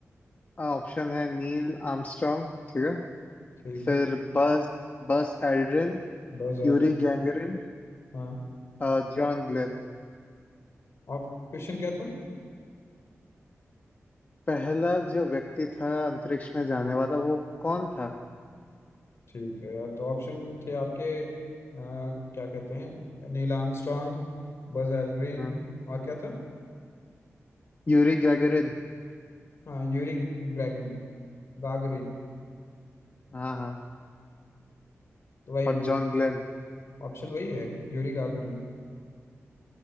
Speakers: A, on the left; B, on the left.
A: ऑप्शन है नील आर्मस्ट्रांग ठीक है
B: ठीक
A: फिर
B: है
A: बस बस एल्ड्रिन
B: दो सवाल
A: यूरी गैंगरिन
B: हाँ
A: अ, जॉन ग्लेन
B: और क्वेश्चन क्या था
A: पहला जो व्यक्ति था अंतरिक्ष में जाने वाला वो कौन था
B: ठीक है यार तो ऑप्शन थे आपके आ, क्या कहते हैं नील आर्मस्ट्रॉन्ग बज एल्ड्रिन
A: हम्म,
B: और क्या था
A: Yuri Gagarin
B: हाँ यूरी ग्रैगिन गागरिन
A: हाँ हाँ
B: तो वही
A: और जॉन ग्लेन
B: ऑप्शन वही है यूरी गागरिन